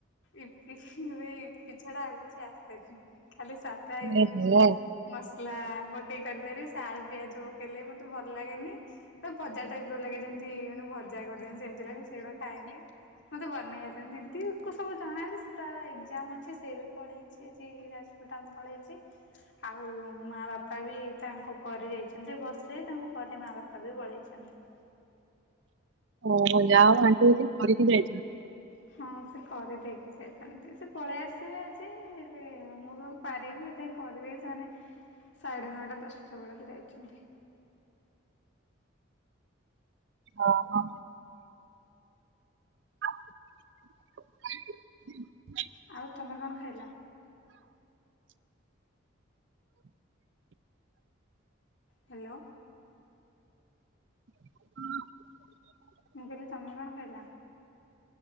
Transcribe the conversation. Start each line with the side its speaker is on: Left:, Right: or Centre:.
Left: ଇପି ଏବେ ଇପି ଛଡା ଆଉ କିଛି ଆସେନି ଖାଲି ସାଧା ଇପି
Right: ଏହେ
Left: ମୁଁ ମସଲା ପକେଇ କରିପାରିବି ସେ ଆଳୁ ପିଆଜ ପକେଇଲେ ବି ମତେ ଭଲ୍ ଲାଗେନି ତ ଭଜା ଟାଇପ୍ ର ଲାଗେ ଯେମିତି ମାନେ ଭଜା କରିଚନ୍ତି ସେମିତି ଲାଗେ ମୁଁ ସେଇଗୁଡା ଖାଏନି। ମତେ ବନେଇ ଆସେନି ଦିଦିକୁ ସବୁ ଜଣାଯେ ସେ ତାର ଏକ୍ଜାମ୍ ଅଛି ସେ ବି ପଳେଇଚି ଆଜି ଯାଜ୍ ପୁର୍ ଟାଉନ୍ ପଳେଇଚି। ଆଉ ମା ବାପା ବି ତାଙ୍କ ପରେ ଯାଇଚନ୍ତି ଯେ ବସରେ ତାଙ୍କ ପରେ ମା ବାପା ବି ପଳେଇଚନ୍ତି।
Right: ଓହ ଯାହା ହଉ ଆଣ୍ଟି କିଛି କରିକି ଯାଇଛନ୍ତି।
Left: ହଁ ସେ କରିଦେଇକି ଯାଇଥାନ୍ତି। ସେ ପଳେଇ ଆସିବେ ଆଜି ହେଲେ ମୋର ପାରିବିନି ସେଥିପାଇଁ କରିଦେଇକି ସେମାନେ ସାଢେ ନଅଟା ଦଶଟା ବେଳକୁ ଯାଇଚନ୍ତି।
Right: ଓ ହଁ। <inaudible>
Left: ଆଉ ତମେ କଣ ଖାଇଲ? ହାଲୋ।
Right: <inaudible>
Left: ମୁଁ କହିଲି ତମେ କଣ ଖାଇଲ?